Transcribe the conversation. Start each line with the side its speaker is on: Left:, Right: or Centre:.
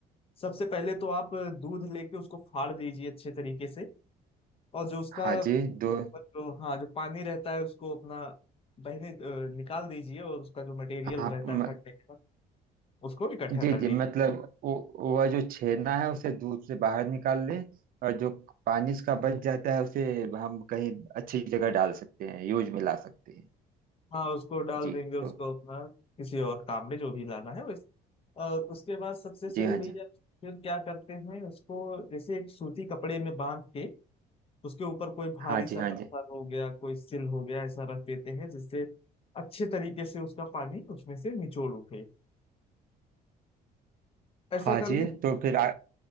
Left: सबसे पहले तो आप दूध लेके उसको फाड़ दीजिए अच्छे तरीके से और जो उसका
Right: हाँ जी दो
Left: जो हाँ जो पानी रहता है उसको अपना बहने अ, निकाल दीजिए और उसका जो मटेरियल
Right: आप
Left: रहता
Right: म-
Left: है फटने के बाद उसको इकट्ठा
Right: जी
Left: कर लीजिए
Right: जी मतलब वो- वह जो छेना है उसे दूध से बाहर निकाल लें और जो पानी इसका बच जाता है उसे हम कहीं अच्छी जगह डाल सकते हैं यूज में ला सकते हैं
Left: हाँ उसको डाल
Right: जी
Left: देंगे उसको
Right: तो
Left: अपना किसी और काम में जो भी लाना है वैसे और उसके बाद सबसे सही
Right: जी हाँ
Left: भैया
Right: जी
Left: फिर क्या करते हैं उसको जैसे एक सूती कपड़े में बांध के उसके ऊपर कोई भारी
Right: हाँ
Left: सा
Right: जी हाँ
Left: पत्थर
Right: जी
Left: हो गया कोई सिल हो गया ऐसा रख देते हैं जिससे अच्छे तरीके से उसका पानी उसमें से निचोड़ उठे ऐसा
Right: हाँ
Left: करने
Right: जी तो फिर आ,